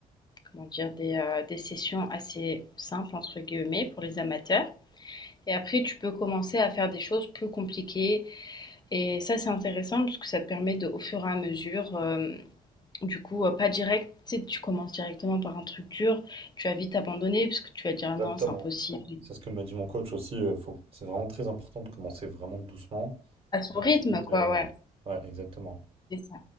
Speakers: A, on the left (about 30°); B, on the right (about 40°).
A: comment dire? Des, heu, des sessions assez «simples» entre guillemets pour les amateurs et après tu peux commencer à faire des choses plus compliquées Et ça, c'est intéressant parce que ça te permet de, au fur et à mesure, euh, du coup, euh, pas direct, tu sais, tu commences directement par un truc dur, tu vas vite abandonner parce que tu vas dire Ah
B: Exactement.
A: non, c'est impossible.
B: C'est ce que me dit mon coach aussi. euh, faut... C'est vraiment très important de commencer vraiment doucement.
A: À son
B: Et
A: rythme,
B: ensuite,
A: quoi,
B: euh,
A: ouais,
B: ouais, exactement.
A: c'est ça.